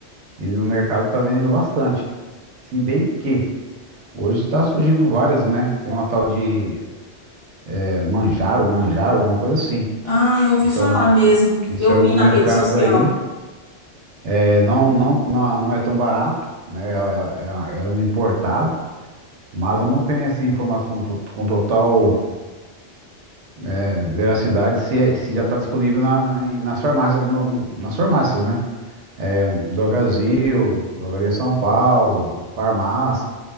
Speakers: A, on the right; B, on the left.
A: E no mercado tá vendendo bastante. Se bem que hoje está surgindo várias, né? Tem uma tal de é, manjaro, manjaro, uma coisa assim,
B: Ah, eu ouvi
A: que são
B: falar mesmo.
A: que, que
B: Eu
A: saiu
B: vi
A: no
B: na
A: mercado
B: rede social.
A: aí. É, não, não, não, não é tão barato, né? É, é- é um importado, mas eu não tenho essa assim, informação to- com total é, veracidade se, é- se já está disponível na- na- nas farmácias, no- nas farmácias, né? É um do Brasil, Drogaria São Paulo, farmácia.